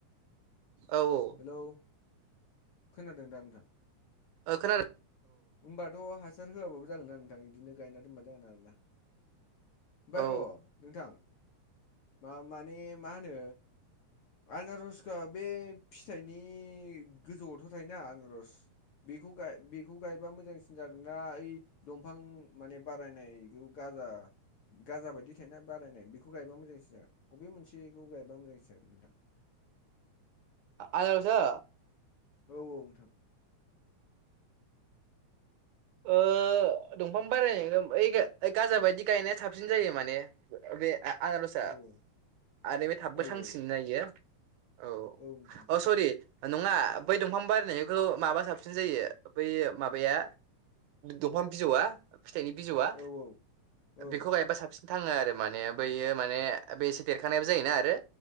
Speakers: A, on the right; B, on the left.
A: औ औ
B: हेलौ खोनादों दा नोंथां।
A: ओ खोनादो।
B: होमबाथ' हासार होआबाबो जागोन आरो नोंथां बिदिनो गायना दोनबानो जागोन आरोना। ओमफ्राय
A: औ
B: र' नोंथां मा माने मा होनो आनारसखो बे फिथाइनि गोजौआवथ' थायोना आनारस बेखौ गायो बेखौ गायबा मोजांसिन जागोन ना ओइ दंफां माने बारायनायखौ गा जा गाजा बायदि थायना बारायनाय बेखौ गायबा मोजांसिन जागोन बबे मोनसेखौ गायबा मोजांसिन जागोन नोंथां <inaudible>
A: आनारसा
B: औ औ नोंथां
A: ओ दंफां बारायनायनिखै ओ गाजा बायदि गायनाया साबसिन जायो माने बे आ आनारसा
B: औ
A: आरो बे थाबबो
B: औ
A: थांसिनोना इयो औ
B: नोंथां
A: अ सरि नङा बै दंफां बारायनायखौ माबा साबसिन जायो बैयो माबाया दंफां बिजौआ फिथाइनि बिजौआ
B: औ औ नोंथां औ
A: बेखौ गायबा साबसिन थाङो आरो माने बैयो माने बे एसे देरखानायबो जायोना आरो